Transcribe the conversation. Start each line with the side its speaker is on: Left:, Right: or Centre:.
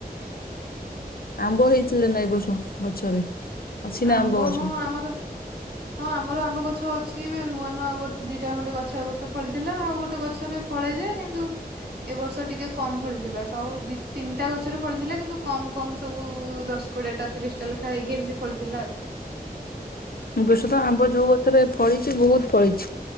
Left: ଆମ୍ବ ହେଇଥିଲା ନା, ଏ ବର୍ଷ ଗଛରେ? ଅଛି ନା
Right: ଆମ୍ବ,
Left: ଗଛ
Right: ହଁ ଆମର ହଁ, ଆମର ଆମ୍ବ ଗଛ ଅଛି। ଏବେ ନୂଆ ନୂଆ ଗୋଟେ ଦିଟା ଖଣ୍ଡେ ଗଛ ଏବର୍ଷ ଫଳିଥିଲା, ଆଉ ଗୋଟେ ଗଛରେ ଫଳି କିନ୍ତୁ ଏ ବର୍ଷ ଟିକେ କମ ଫଳିଥିଲା, ସବୁ ଦି ତିନିଟା ଗଛରେ ଫଳିଥିଲା କିନ୍ତୁ କମ କମ ସବୁ ଦଶ କୋଡିଏ ଟା ତିରିଶ ଟା ଲେଖା ହେଇକି, ଏମିତି ଫଳିଥିଲା ଆଉ।
Left: ଏ ବର୍ଷ ତ ଆମ୍ବ ଯୋଉ ଗଛରେ ଫଳିଛି ବହୁତ ଫଳିଛି।